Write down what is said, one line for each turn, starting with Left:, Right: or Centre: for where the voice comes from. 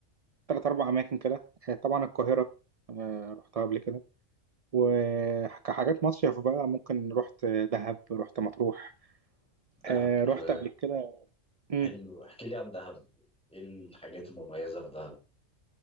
Right: تلات اربع اماكن كده آه طبعا القاهره آه رحتها قبل كده وكحاجات مصيف بقى ممكن رحت دهب رحت مطروح
Centre: دهب
Right: آه رحت
Centre: آه،
Right: قبل كده مم.
Centre: حلو احكي لي عن دهب إيه الحاجات المميزة في دهب